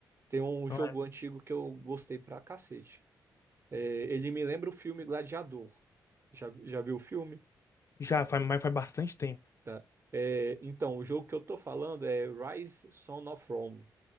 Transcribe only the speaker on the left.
Então
é.
Já, faz, mas faz bastante tempo.